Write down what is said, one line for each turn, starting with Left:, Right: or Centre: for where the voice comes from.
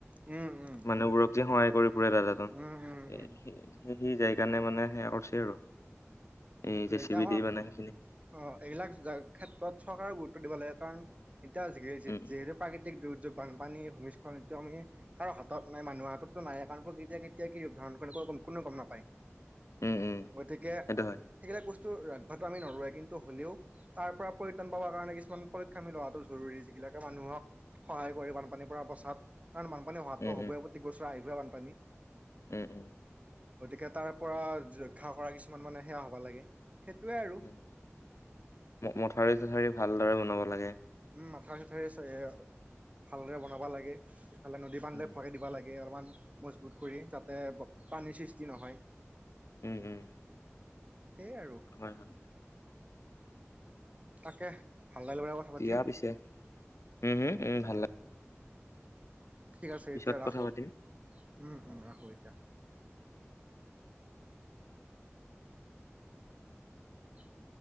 Right: উম, উম,
Left: মানুহবোৰক যে সহায় কৰি ফুৰে দাদাজন
Right: উম উম
Left: এ
Right: উম
Left: সেই সি যায় কেণে মানে সেয়া কৰছে আৰু এই
Right: সেইটোয়ে
Left: জে চি
Right: এতিয়া
Left: বি
Right: আমাৰ
Left: দি মানে সেইখিনি
Right: অ', এইবিলাক ক্ষেত্ৰত চৰকাৰে গুৰুত্ব দিব লাগে কাৰণ এতিয়া যি যি
Left: উম
Right: যিহেতু প্ৰাকৃতিক দুৰ্যোগ বানপানী ভূমিস্খলন এইটো আমি কাৰো হাতত নাই মানুহৰ হাততটো নাই প্ৰকৃতিয়ে কেতিয়া কি ৰুপ ধাৰণ কোনো গম নাপায়।
Left: উম উম
Right: গতিকে
Left: সেইটো হয়
Right: সেইগিলাক বস্তু ৰাখবাটো আমি নৰোৱে কিন্তু হ'লেও তাৰ পৰা পৰিত্ৰাণ পাব কাৰণে কিছুমান পৰীক্ষা মিল হোৱাটো জৰুৰী যিগিলাকে মানুহক সহায় কৰি বানপানীৰ পৰা বচাত কাৰণ বানপানী হোৱাততো
Left: উম
Right: হবই প্ৰতিক বছৰে আহিবয়ে বানপানী।
Left: এ এহ।
Right: গতিকে তাৰ পৰা ৰক্ষা কৰা কিছুমান মানে সেয়া হ'বা লাগে সেইটোৱে আৰু।
Left: উম ম মথাউৰি চথাৰি ভালদৰে বনাব লাগে।
Right: উম মাথাউৰি চাথাউৰি ভালদৰে বনাব লাগে। এইফালে নদী পানীলে
Left: উম
Right: ভৰা দিবা লাগে অলপমান। মজবুত কৰি যাতে পানীৰ সৃষ্টি নহয়।
Left: ওম ওম।
Right: সেই আৰু।
Left: হয় হয়।
Right: তাকে ভাল নাই লগা কথা পাতি।
Left: দিয়া পিছে উম হম উম ভালে।
Right: ঠিক আছে
Left: পিছত
Right: এতিয়া ৰাখো
Left: কথা পাতিম
Right: উম উম ৰাখো এতিয়া। <unintelligible>